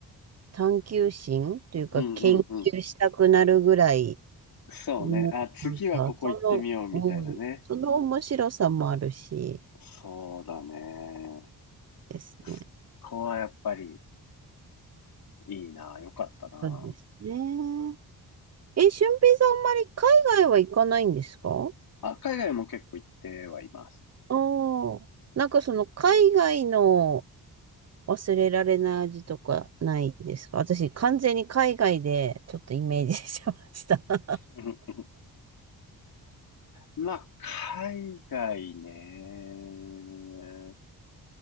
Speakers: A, on the right (about 40°); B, on the left (about 65°).
A: 探求心というか、
B: うんうんうん。
A: 研究したくなるぐらい、
B: そうね。
A: ね、
B: あ、次はここ行ってみようみたいなね。
A: なんか、その、うん、その面白さもあるし、
B: そうだね。
A: ですね。
B: そこはやっぱりいいな、良かったな。
A: そうですね。え、俊平さん、あんまり海外は行かないんですか
B: あ、海外も結構行ってはいます。
A: ああー、なんかその海外の忘れられない味とかないですか私、完全に海外でちょっとイメージしてました。<laughs>
B: うんまあ、海外ね。